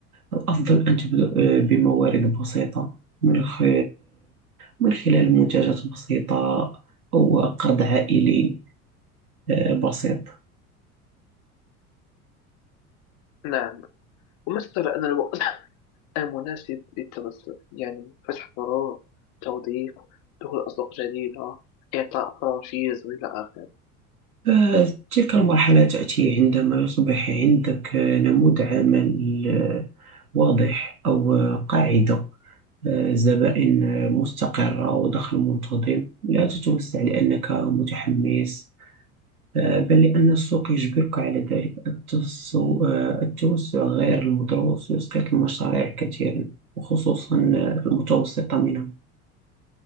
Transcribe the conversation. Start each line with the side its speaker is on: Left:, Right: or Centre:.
Right: الأفضل أن تبدأ بموارد بسيطة من خ- من خلال منتجات بسيطة أو قرض عائلي آه، بسيط
Left: نعم ومثل أن الوقت <clears throat> المناسب <laughs> للتوسع يعني فتح فروع توظيف دخول أسواق جديدة إعطاء فرانشيز وإلى آخره
Right: آه، تلك المرحلة تأتي عندما يصبح عندك آه، نموذج عمل آه، واضح أو آه، قاعدة آه، زبائن آه، مستقرة ودخل منتظم لا تتوسع لأنك متحمس آه، بل لأن السوق يجبرك على ذلك التسو- آه، التوسع غير المدروس يسقط المشاريع كثيرا وخصوصا آه، المتوسطة منها